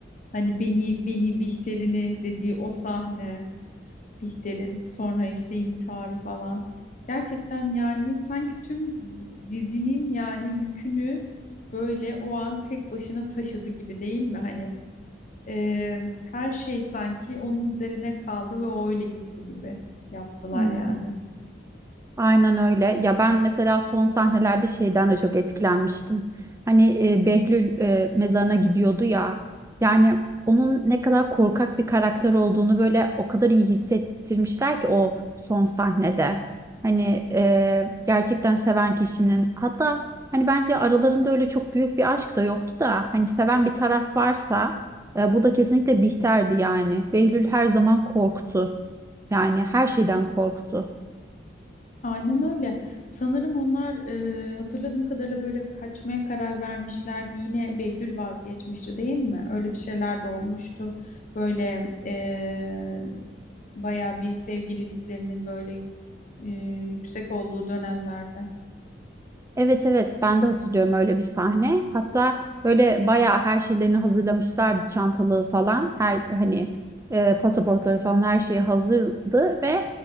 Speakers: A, on the left; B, on the right.
A: hani beni beni Bihter'ini dediği o sahne Bihter'in sonra işte intiharı falan. Gerçekten yani sanki tüm dizinin yani yükünü böyle o an tek başına taşıdı gibi değil mi? Hani e, her şey sanki onun üzerine kaldı ve o öyle gitti gibi yaptılar
B: Hmm.
A: yani.
B: Aynen öyle. Ya ben mesela son sahnelerde şeyden de çok etkilenmiştim. Hani e, Behlül e, mezarına gidiyordu ya. Yani onun ne kadar korkak bir karakter olduğunu böyle o kadar iyi hissettirmişler ki o son sahnede. Hani e, gerçekten seven kişinin hatta hani bence aralarında öyle çok büyük bir aşk da yoktu da hani seven bir taraf varsa e, bu da kesinlikle Bihter'di yani. Behlül her zaman korktu. Yani her şeyden korktu.
A: Aynen öyle. Sanırım onlar e, hatırladığım kadarıyla böyle kaçmaya karar vermişlerdi. Yine Behlül vazgeçmişti değil mi? Öyle bir şeyler de olmuştu. Böyle e, bayağı bir sevgililiklerinin böyle e, yüksek olduğu dönemlerde.
B: Evet evet ben de hatırlıyorum öyle bir sahne. Hatta böyle bayağı her şeylerini hazırlamışlardı çantalığı falan. Her hani e, pasaportları falan her şeyi hazırdı ve